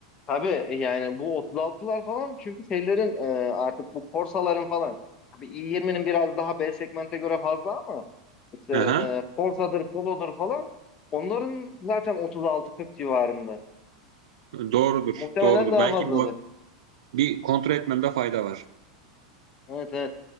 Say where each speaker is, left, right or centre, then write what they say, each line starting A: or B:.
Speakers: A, on the left (about 20°); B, on the right (about 80°).
A: Tabii yani bu 36'lar falan çünkü şeylerin e, artık bu Corsa'ların falan. Tabii i20'nin biraz daha B segmente göre fazla ama işte
B: Hı hı.
A: e, Corsa'dır, Polo'dur falan onların zaten 36-40 civarında.
B: Doğrudur,
A: Muhtemelen
B: doğrudur.
A: daha
B: Belki
A: fazladır.
B: bir bak bir kontrol etmemde fayda var.
A: Evet evet.